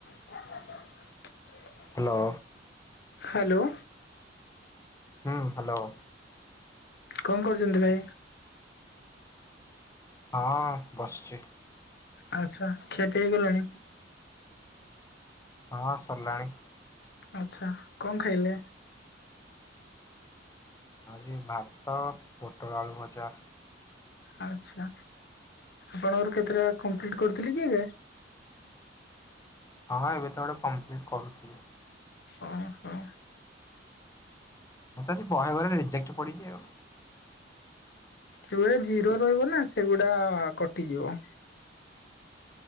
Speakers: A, on the left; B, on the left.
A: <inaudible>
B: Hello
A: hello
B: ହୁଁ hello
A: କଣ କରୁଛନ୍ତି ଭାଇ?
B: ହଁ ବସିଛି।
A: ଆଚ୍ଛା ଖିଆ ପିଆ ହେଇଗଲାଣି?
B: ହଁ ସରିଲାଣି।
A: ଆଛା କଣ ଖାଇଲେ?
B: ଆଜି ଭାତ ପୋଟଳ ଆଳୁ ଭଜା।
A: ଆଛା ଆପଣଙ୍କର କେତେଟା କମ୍ପ୍ଲିଟ କରୁଥିଲି କି ଏବେ
B: ହଁ ଏବେ ତ ଗୋଟେ କମ୍ପ୍ଲିଟ୍ କରୁଥିଲି।
A: ଓ ହଁ।
B: ମୁଁ ବହେ ଘରେ ରିଜେକ୍ଟ ପଡ଼ିଛି ଆଉ।
A: ଯୋଉ ଗୁରା ଜିରୋ ରହିବ ନା ସେଗୁଡା କଟିଯିବ।